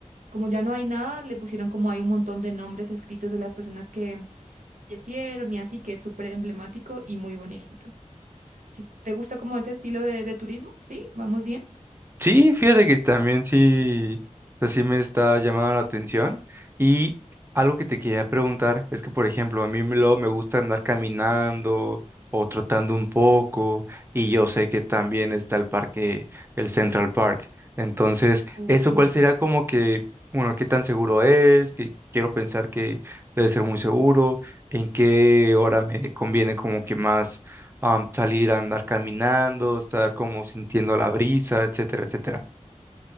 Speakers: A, on the right; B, on the right.
A: como ya no hay nada, le pusieron como hay un montón de nombres escritos de las personas que fallecieron y así, que es súper emblemático y muy bonito. Si te gusta como ese estilo de, de turismo, ¿sí? ¿Vamos bien?
B: Sí, fíjate que también sí, o sea, sí me está llamando la atención. Y algo que te quería preguntar es que, por ejemplo, a mí me- luego me gusta andar caminando o trotando un poco, y yo sé que también está el parque, el Central Park. Entonces,
A: Uf,
B: ¿eso
A: sí.
B: cuál será como que, bueno, qué tan seguro es? Que quiero pensar que debe ser muy seguro, en qué hora me conviene como que más am, salir a andar caminando, estar como sintiendo la brisa, etcétera, etcétera.